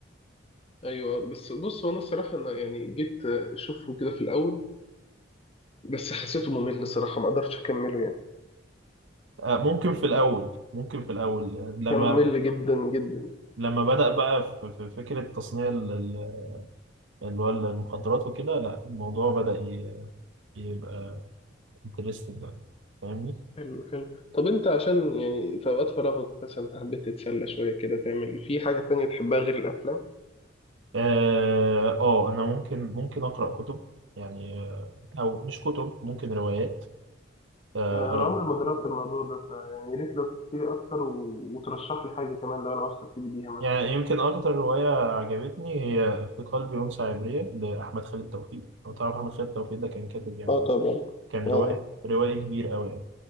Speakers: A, on the left; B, on the right.
A: ايوه بس بص هو انا الصراحه انا يعني جيت اشوفه كده في الاول بس حسيته ممل الصراحه ما قدرتش اكمله يعني
B: آه، ممكن في الأول ممكن في الأول آه، لما
A: كان ممل جدا جدا
B: لما بدأ بقى في في فكرة تصنيع ال- ال- اللي هو المخدرات وكده لا الموضوع بدأ ي- يبقى انترستنج فاهمني
A: حلو حلو طب انت عشان يعني في اوقات فراغك مثلا حبيت تتسلى شويه كده تعمل في حاجه تانية تحبها غير الافلام
B: اه آه، انا ممكن ممكن اقرا كتب يعني آه، او مش كتب ممكن روايات آه،
A: آه، انا عمري
B: أر-
A: ما جربت الموضوع ده فيعني يا ريت لو تحكي لي اكتر و... وترشح لي حاجه كمان لو انا عاوز ابتدي بيها مثلا
B: يعني يمكن اكتر روايه عجبتني هي في قلبي انثى عبريه لاحمد خالد توفيق لو تعرف احمد خالد توفيق ده كان كاتب يعني
A: اه طبعا
B: كان
A: اه
B: روائي روائي كبير قوي يعني